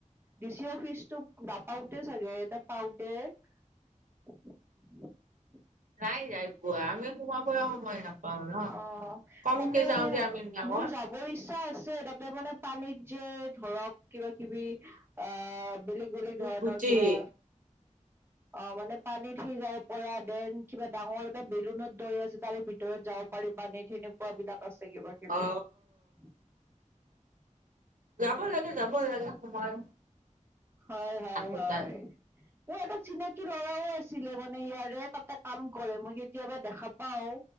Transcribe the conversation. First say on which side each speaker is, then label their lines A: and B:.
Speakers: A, on the right; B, on the right.
A: ডি চি অফিচটো নাপাওতে চাগে এটা পাওতে <unintelligible>
B: নাই যাই পোৱা আমি সোমাব সময় নাপাওঁ ন
A: অ
B: কমকে
A: তাতে মানে
B: যাওঁ যে আমি গাৱত
A: মোৰ যাবৰ ইচ্ছা আছে তাতে মানে পানীত যে ধৰক কিবা কিবি অ বেলেগ বেলেগ
B: বুটভুটি
A: ধৰণৰ কিবা অ মানে পানীত যাব পৰা দেন কিবা ডাঙৰ এটা বেলুনত দৰি আছে তাৰে ভিতৰত যাব পাৰি পানীত সেনেকুৱাবিলাক আছে কিবা কিবি
B: অ
A: উ
B: যাব লাগে যাব লাগে সময়
A: হয় হয়
B: থাকোতে
A: হয় মোৰ এটা চিনাকি ল'ৰাও আছে ছিলে মানে ইয়াৰে তাতে কাম কৰে মই কেতিয়াবা দেখা পাও